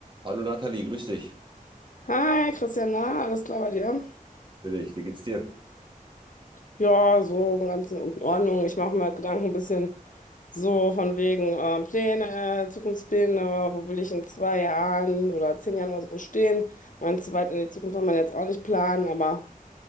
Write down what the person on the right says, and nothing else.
Hallo Nathalie, grüß dich.
Grüß dich, wie geht's dir?